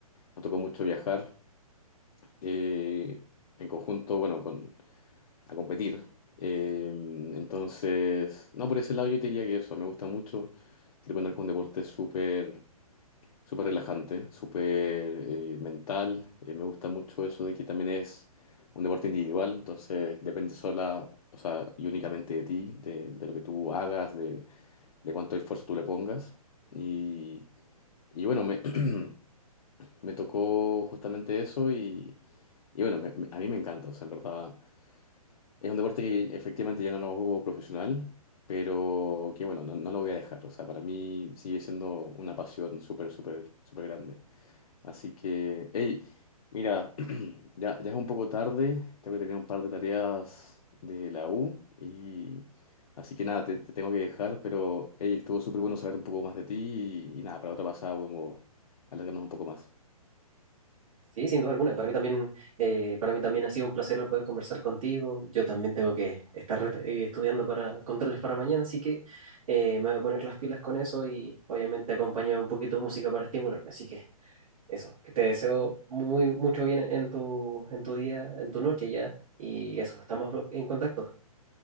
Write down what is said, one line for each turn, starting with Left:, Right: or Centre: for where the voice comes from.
Left: nos tocó mucho viajar. eh, en conjunto, bueno, a competir. Eh, entonces, no, por ese lado yo te diría que eso, me gusta mucho. Tiro con arco es un deporte súper, súper relajante, súper eh, mental. Eh, me gusta mucho eso de que también es un deporte individual, entonces depende sola, o sea, y únicamente de ti, de, de lo que tú hagas, de, de cuánto esfuerzo tú le pongas. Y, y bueno, me, <clears throat> me tocó justamente eso y, y bueno, me- me- a mí me encanta, o sea, en verdad. Es un deporte que efectivamente ya no lo juego profesional, pero que bueno, no, no lo voy a dejar. O sea, para mí sigue siendo una pasión súper, súper, súper grande. Así que, hey, mira, <clears throat> ya, ya es un poco tarde, tengo que terminar un par de tareas de la U y así que nada, te, te tengo que dejar, pero hey, estuvo súper bueno saber un poco más de ti y, y nada, para otra pasada podemos alargarnos un poco más.
Right: Sí, sin duda alguna. Para mí también, eh, para mí también ha sido un placer poder conversar contigo. Yo también tengo que estar eh, estudiando para controles para mañana, así que eh, me voy a poner las pilas con eso y obviamente acompañar un poquito de música para estimularme. Así que eso, que te deseo muy mucho bien en tu, en tu día, en tu noche ya. Y eso, estamos en contacto.